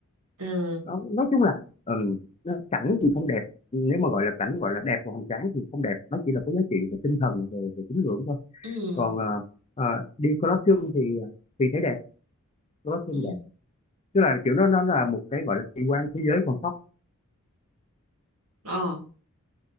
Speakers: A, on the right; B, on the left.
A: Ừ.
B: nó, nói chung là ừm, nó- cảnh thì không đẹp nếu mà gọi là cảnh gọi là đẹp và hoành tráng thì không đẹp nó chỉ là có giá trị về tinh thần về về tín ngưỡng thôi
A: Ừ.
B: còn ờ, ờ, đi Colosseum thì ờ, thì thấy đẹp Colosseum
A: Ừ.
B: đẹp tức là kiểu nó nó là một cái gọi là kỳ quan thế giới còn sót
A: Ờ.